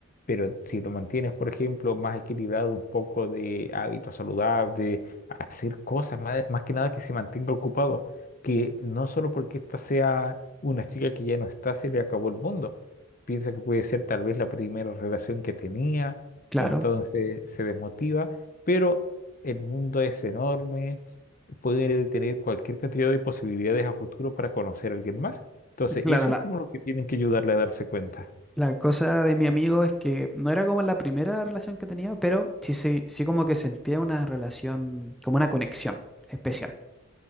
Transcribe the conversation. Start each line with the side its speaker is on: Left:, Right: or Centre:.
Left: Pero si lo mantienes, por ejemplo, más equilibrado, un poco de hábitos saludables, hacer cosas, más, más que nada que se mantenga ocupado, que no solo porque esta sea una chica que ya no está, se le acabó el mundo. Piensa que puede ser tal vez la primera relación que tenía,
Centre: Claro.
Left: entonces se desmotiva, pero el mundo es enorme Pueden tener cualquier cantidad de posibilidades a futuro para conocer a alguien más. Entonces,
Centre: Claro,
Left: eso
Centre: la,
Left: es como lo que tienen que ayudarle a darse cuenta.
Centre: la cosa de mi amigo es que no era como la primera relación que tenía, pero sí, sí, sí como que sentía una relación, como una conexión especial.